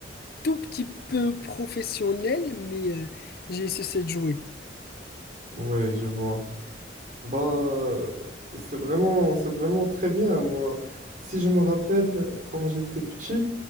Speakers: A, on the left (about 55°); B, on the right (about 45°).
A: tout petit peu professionnel, mais euh, j'ai cessé de jouer.
B: Ouais, je vois. Bah, c'est vraiment c'est vraiment très bien. Moi, si je me rappelle quand j'étais petit.